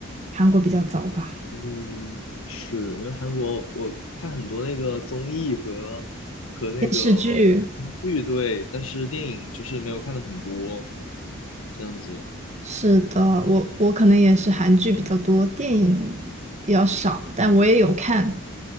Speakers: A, on the right (about 35°); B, on the left (about 75°).
A: 韩国比较早吧。
B: 嗯，是，因为韩国我看很多那个综艺和和那个
A: 电视剧
B: 剧，对，但是电影就是没有看的很多，这样子。
A: 是的，我我可能也是韩剧比较多，电影比较少，但我也有看。